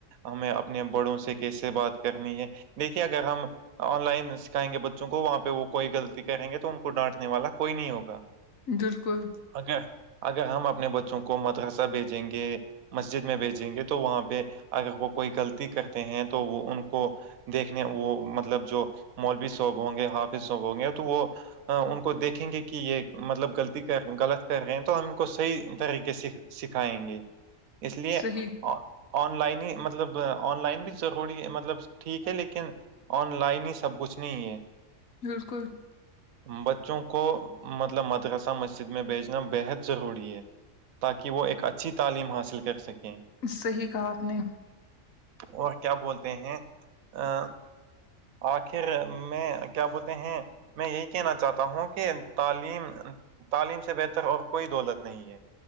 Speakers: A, on the right; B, on the left.
A: ہمیں اپنے بڑوں سے کیسے بات کرنی ہے دیکھیے اگر ہم آن لائن سکھائیں گے بچوں کو وہاں پہ وہ کوئی غلطی کریں گے تو ان کو ڈانٹنے والا کوئی نہیں ہوگ
B: بالکل
A: اے اگر ہم اپنے بچوں کو مدرسہ بھیجیں گے مسجد میں بھیجیں گے تو وہاں پہ اگر وہ کوئی غلطی کرتے ہیں تو وہ ان کو دیکھنے وہ مطلب جو مولوی صاحب ہوں گے حافظ صاب ہوں گے تو وہ ان کو دیکھیں گے کہ یہ مطلب غلطی کر غلط کر رہے ہیں تو ہم کو صحی طریقے سے سکھائیں گے اس لیے
B: صحیح
A: آن لائن ہی مطلب آن لائن بھی ضروری ہے مطلب ٹھیک ہے لیکن آن لائن ہی سب کچھ نہیں ہے
B: بالکل
A: بچوں کو مطلب مدکسہ مسجد میں بھیچنا بےحد ضروری ہے تاکہ وہ ایک اچھی تعلیم حاصل کر سکیں
B: صحیح کہا آپ نے
A: اور کیا بولتے ہیں ا آخر میں کیا بولتے ہیں میں یہی کہنا چاہتا ہوں کہ تعلیم تعلیم سے بہتر اور کوئی دولت نہیں ہے